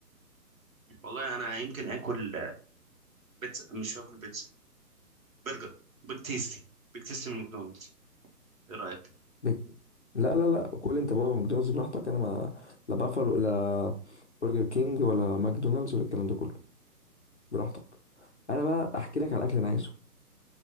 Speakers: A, on the right; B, on the left.
A: والله أنا يمكن آكل بيتزا مش هاكل بيتزا برجر بيج تيستي بيج تيستي من ماكدونالدز إيه رأيك؟
B: بك- لا لا لا كل انت بابا ماكدونالدز براحتك انا ما لا بافالو ولا برجر كينج ولا ماكدونالدز ولا الكلام ده كله براحتك انا بقى احكي لك على الاكل اللي انا عايزه